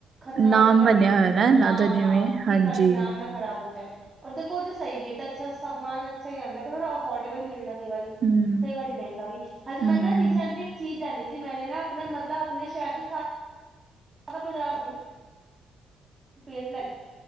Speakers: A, on the right; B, on the right.
A: ਖ਼ਤਰਾ
B: ਨਾਮ
A: ਹੁੰਦਾ, ਸਾਡੀ
B: ਬਣਿਆ ਹੋਇਆ ਨਾ ਇਹਨਾਂ
A: ਹਾਂ
B: ਦਾ ਜਿਵੇਂ
A: ਹਾਂ ਕਿ
B: ਹਾਂਜੀ
A: ਸਾਡੀ ਨਾਮ ਨਾ ਖਰਾਬ ਹੋ ਜਾਏ, ਹੋਰ ਦੇਖੋ ਜੋ ਸਹੀ ਵੀ ਹੈ ਤਾਂ ਅੱਛਾ ਸ ਸਮਾਨ ਅੱਛਾ ਹੀ ਆਂਦਾ ਪਰ ਅਫੋਰਡੇਬਲ ਮਿਲਣਾ ਕਈ ਵਾਰੀ
B: ਹੂੰ
A: ਕਈ ਵਾਰੀ ਮਹਿੰਗਾ ਵੀ ਹਜੇ
B: ਹੂੰ
A: ਮੈਂ ਨਾ ਰੀਸੈਂਟਲੀ ਇੱਕ ਚੀਜ਼ ਲੈਣੀ ਸੀ ਸੀ ਮੈਨੇ ਨਾ ਆਪਣੇ ਮਤਲਬ ਆਪਣੇ ਸ਼ਹਿਰ ਦੇ ਸਾਰਾ ਬਜ਼ਾਰ ਪੇਂਟ ਲੈ